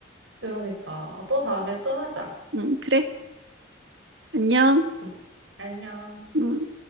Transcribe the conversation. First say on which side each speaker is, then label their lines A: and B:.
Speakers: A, on the right (about 85°); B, on the right (about 70°).
A: 그러니까. 어, 또 다음에 또 하자.
B: 응, 그래. 안녕.
A: 응. 안녕.
B: 음.